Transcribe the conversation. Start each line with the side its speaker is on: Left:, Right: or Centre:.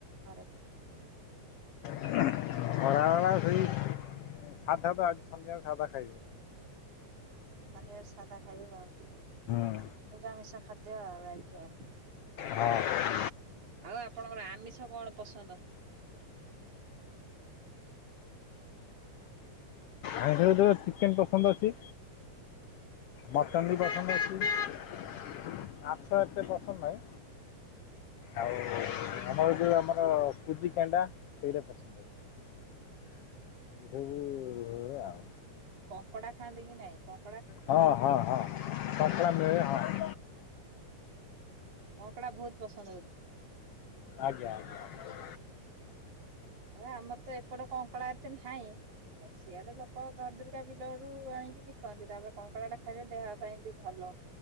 Right: ଘରେ?
Left: ଖରାବେଳା ସେଇ ସାଧା ତ ଆଜି ଶନିବାରେ ସାଧା ଖାଇବେ।
Right: ଶନିବାରେ ସାଧା ଖାଇବି ଆଉ
Left: ହୁଁ
Right: ନିରାମିଷ ଖାଦ୍ୟ ଆଉ ଆଜି ଆଉ।
Left: ହଁ।
Right: ଆଉ ଆପଣଙ୍କର ଆମିଷ କଣ ପସନ୍ଦ?
Left: ଆଇଁଷରେ ତ ଚିକେନ୍ ପସନ୍ଦ ଅଛି ଭ ଚାନ୍ଦି ପସନ୍ଦ ଅଛି ମାଛ ଏତେ ପସନ୍ଦ ନାଇଁ। ଆଉ ଆମର ଯୋଉ ଆମର କୁଜିିଗେଣ୍ଡା ସେଇଟା ପସନ୍ଦ। ଯଉ ହୁ ଏ ଆଉ।
Right: କଙ୍କଡା ଖାଆନ୍ତି କି ନାଇଁ କ
Left: ହଁ- ହଁ- ହଁ କଙ୍କଳା ମିଳେ ହଁ।
Right: କଙ୍କଡା ବହୁତ ପସନ୍ଦ ବୋଧେ।
Left: ଆଜ୍ଞା- ଆଜ୍ଞା।
Right: ଆ ଆମର ତ ଏପଟେ କଙ୍କଡ଼ା ଏତେ ନାହିଁ। ସିଆଡେ ଲୋକ ଧର ଦୁରିକା ବିଲୁ ଆଡୁ ଆଣିକି ବିକନ୍ତି ତାପରେ କଙ୍କଡ଼ା ଟା ଖାଇଲେ ଦେହ ପାଇଁ ବି ଭଲ।